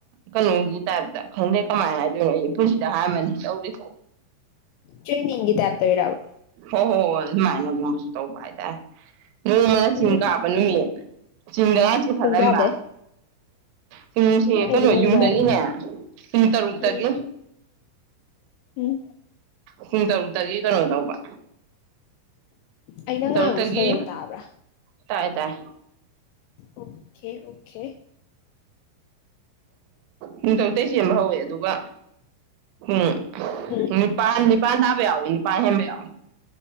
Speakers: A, on the right (about 80°); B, on the left (about 90°).
A: ꯀꯩꯅꯣꯒꯤ ꯇꯥꯏꯞꯇ ꯈꯪꯗꯦ ꯀꯃꯥꯏꯅ ꯍꯥꯏꯗꯣꯏꯅꯣ ꯑꯩ ꯄꯨꯟꯁꯤꯗ ꯍꯥꯏꯥꯟꯕꯅꯤ ꯇꯧꯔꯤꯁꯨ
B: ꯇ꯭ꯔꯦꯅꯤꯡꯒꯤꯗꯞꯇ ꯍꯔꯕ
A: ꯍꯣꯏ ꯍꯣꯏ ꯍꯣꯏ ꯑꯗꯨꯃꯥꯏꯅꯒꯨꯝꯕꯁꯨ ꯇꯧꯕ ꯍꯥꯏꯇꯥꯔꯦ ꯅꯣꯏ ꯑꯃꯅ
B: ꯎꯝ
A: ꯆꯤꯡ ꯀꯥꯕ ꯅꯨꯃꯤꯠ ꯆꯤꯡꯗ ꯂꯥ ꯆꯤꯡ ꯐꯜꯂ
B: ꯄꯨꯡ ꯀꯌꯥꯗꯩ
A: ꯍꯕ ꯄꯨꯡꯁꯦ
B: ꯑꯩꯗꯤ
A: ꯀꯩꯅꯣ
B: ꯉꯝꯖꯔꯔꯣꯏ
A: ꯌꯨꯝꯗꯒꯤꯅꯦ ꯄꯨꯡ ꯇꯔꯨꯛꯇꯒꯤ
B: ꯎꯝ ꯎꯝ
A: ꯄꯨꯡ ꯇꯨꯛꯇꯒꯤ ꯀꯩꯅꯣ ꯇꯧꯕ
B: ꯑꯩꯅ ꯉꯥꯡꯕꯁꯨ
A: ꯇꯔꯨꯛꯇꯒꯤ
B: ꯐꯖꯅ ꯇꯥꯕ꯭ꯔꯥ
A: ꯇꯥꯏ ꯇꯥꯏ
B: ꯑꯣꯀꯦ ꯑꯣꯀꯦ
A: ꯄꯨꯡ ꯇꯔꯨꯇꯩ ꯆꯦꯟꯕ ꯍꯧꯋꯦ ꯑꯗꯨꯒ ꯍꯝ
B: ꯎꯝ
A: ꯅꯤꯄꯥꯥꯟ ꯅꯤꯄꯥꯥꯟ ꯇꯥꯕꯦꯥꯎ ꯏꯅꯤ ꯄꯥꯏ ꯍꯦꯝꯕ ꯌꯥꯎ